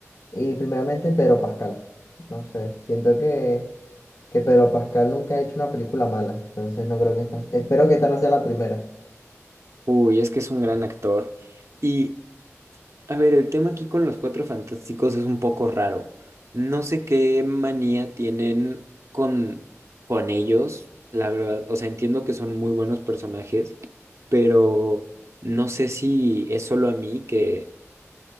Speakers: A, on the left (about 90°); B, on the right (about 70°).
A: Y primeramente Pedro Pascal. No sé, siento que, que Pedro Pascal nunca ha hecho una película mala, entonces no creo que esta, espero que esta no sea la primera.
B: Uy, es que es un gran actor. Y, a ver, el tema aquí con los Cuatro Fantásticos es un poco raro. No sé qué manía tienen con, con ellos, la verdad. O sea, entiendo que son muy buenos personajes, pero no sé si es solo a mí que